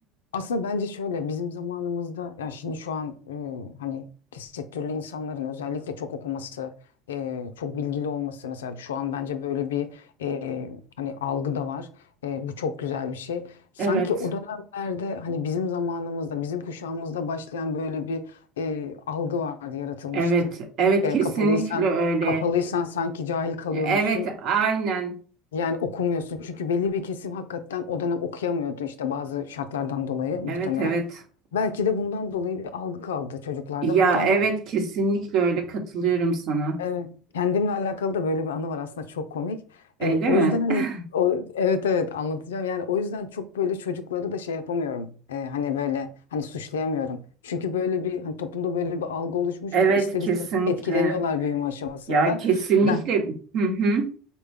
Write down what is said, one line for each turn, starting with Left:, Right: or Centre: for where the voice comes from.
Left: Aslında bence şöyle bizim zamanımızda ya şimdi şu an e, hani tesettürlü insanların özellikle çok okuması, e, çok bilgili olması mesela şu an bence böyle bir e, hani algı da var. E, bu çok güzel bir şey. Sanki
Right: Evet,
Left: o dönemlerde hani bizim zamanımızda, bizim kuşağımızda başlayan böyle bir e, algı vardı, yaratılmıştı.
Right: evet, evet
Left: E,
Right: kesinlikle
Left: kapalıysan
Right: öyle.
Left: kapalıysan sanki cahil kalıyormuşsun.
Right: Evet, aynen.
Left: Yani okumuyorsun çünkü belli bir kesim hakikaten o dönem okuyamıyordu işte bazı şartlardan dolayı muhtemelen.
Right: Evet, evet.
Left: Belki de bundan dolayı bir algı kaldı çocuklarda.
Right: Ya
Left: Hatta
Right: evet
Left: ben
Right: kesinlikle öyle katılıyorum sana.
Left: evet, kendimle alakalı da böyle bir anı var aslında çok komik.
Right: Öyle
Left: E, o
Right: mi?
Left: yüzden hani
Right: <laughs>
Left: o, evet evet anlatacağım. Yani o yüzden çok böyle çocukları da şey yapamıyorum. E, hani böyle hani suçlayamıyorum. Çünkü böyle bir hani toplumda böyle bir algı oluşmuşken
Right: Evet,
Left: ister
Right: kesinlikle.
Left: istemez etkileniyorlar büyüme aşamasında.
Right: Ya kesinlikle.
Left: Ben
Right: Hı hı,